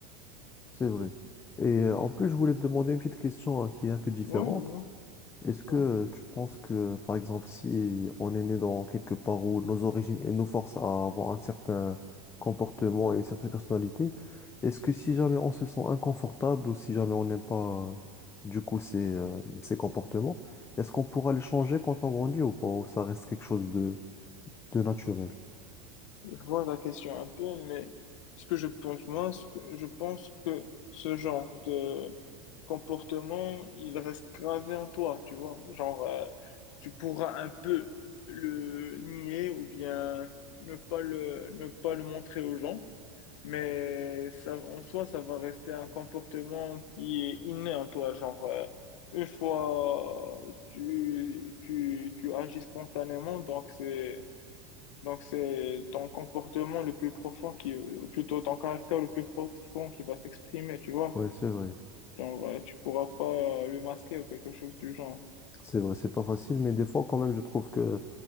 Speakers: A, on the left; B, on the left.
A: c'est vrai. Et euh, en plus, je voulais te demander une petite question hein, qui est un peu différente.
B: Oui, dis-moi.
A: Est-ce que
B: Ouais.
A: tu penses que, par exemple, si on est né dans quelque part où nos origines et nous forcent à avoir un certain comportement et une certaine personnalité, est-ce que si jamais on se sent inconfortable ou si jamais on n'aime pas, euh, du coup, ces, euh, ces comportements, est-ce qu'on pourra les changer quand on grandit ou pas, ou ça reste quelque chose de, de naturel?
B: Je vois la question un peu, mais ce que je pense, moi, ce que- je pense que ce genre de comportement, il reste gravé en toi, tu vois. Genre, euh, tu pourras un peu le nier ou bien ne pas le, ne pas le montrer aux gens, mais ça, en soi, ça va rester un comportement qui est inné en toi. Genre, euh, une fois, tu, tu, tu agis spontanément, donc c'est donc, c'est ton comportement le plus profond qui, ou plutôt ton caractère le plus profond qui va s'exprimer, tu vois.
A: Ouais, c'est vrai.
B: Genre, euh, tu pourras pas euh, le masquer ou quelque chose du genre.
A: C'est vrai, c'est pas facile, mais des fois, quand même, je trouve que